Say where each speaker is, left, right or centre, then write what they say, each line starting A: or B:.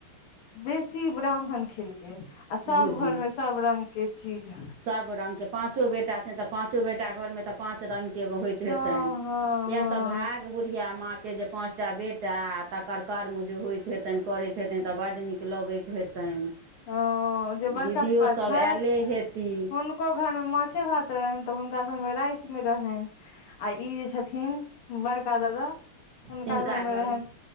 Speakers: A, on the left; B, on the right.
A: बेसी ब्राह्मण खेलकै आ सभ
B: बुझि
A: घरमे सभ रंगके चीज
B: सभ रंग के पाँचो बेटा छै तऽ पाँचो बेटा घरमे तऽ पाँच रंग होइत
A: हँ
B: हेतनि
A: हँ
B: किया
A: हँ
B: तऽ भाग बुढ़िया माँ के पाँचटा बेट। तटा तकर कर्म जे होइत हेतनि करैत हेतनि तऽ बड़ नीक लगैत हेतनि
A: ओ जे बड़का
B: दीदियोसभ
A: पप्पा छथि
B: आयले हेती
A: ह हुनको घरमे माछे भात रहनि तऽ हुनका घरमे राति मे रहनि। आई जे छथिन बड़का दादा हुनका
B: तिनका
A: घर
B: घरमे
A: मे रहनि